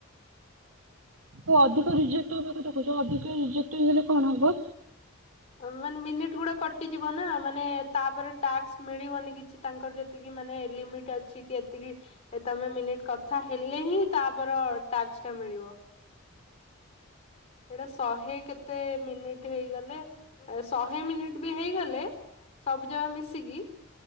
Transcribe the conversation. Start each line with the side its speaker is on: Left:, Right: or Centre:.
Right: ହ ଅଧିକ ରିଜେକ୍ଟ <unintelligible> ଅଧିକ ରିଜେକ୍ଟ ହେଇଗଲେ କଣ ହବ?
Left: ମାନେ ମିନିଟି ଗୁଡା କଟିଯିବ ନା ମାନେ ତାପରେ ଟାକ୍କ ମିଳିବନି କିଛି। ତାଙ୍କର ଯେତିକି ମାନେ ଲିମିଟ୍ ଅଛି କି ଏତିକି ଏ ତମେ ମିନିଟ କଥା ହେଲେ ହିଁ ତାପର ଟ୍ୟାକ୍ସ ଟା ମିଳିବ। ଏଇଟା ଶହେ କେତେ ମିନିଟ୍ ହେଇଗଲେ ଶହେ ମିନିଟ୍ ବି ହେଇଗଲେ ସବୁ ଜାକ ମିଶିକି